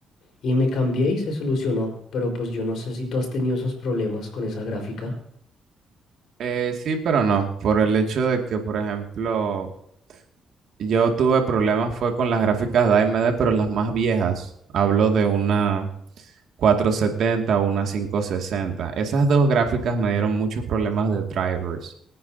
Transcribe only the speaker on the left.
Y me cambié y se solucionó, pero pues yo no sé si tú has tenido esos problemas con esa gráfica.